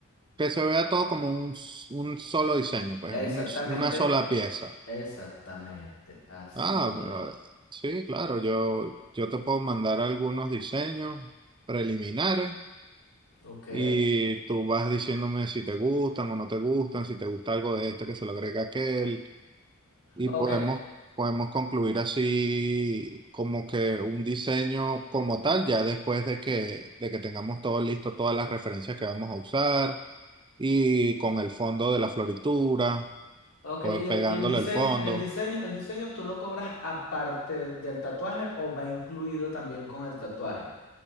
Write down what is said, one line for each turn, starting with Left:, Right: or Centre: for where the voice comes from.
Right: Que se vea todo como un, s- un solo diseño, pues,
Left: Exactamente,
Right: un s- una sola pieza.
Left: exactamente, así
Right: Ah,
Left: mismo.
Right: pero eh, sí, claro, yo, yo te puedo mandar algunos diseños preliminares
Left: Ok,
Right: y tú vas diciéndome si te gustan o no te gustan, si te gusta algo de este que se lo agrega aquel y
Left: ok,
Right: podemos, podemos concluir así como que un diseño como tal ya después de que, de que tengamos todo listo, todas las referencias que vamos a usar y con el fondo de la floritura,
Left: ok.
Right: pues,
Left: ¿Y el,
Right: pegándole
Left: y el diseño,
Right: el fondo.
Left: el diseño, el diseño tú lo cobras aparte del tatuaje o va incluido también con el tatuaje?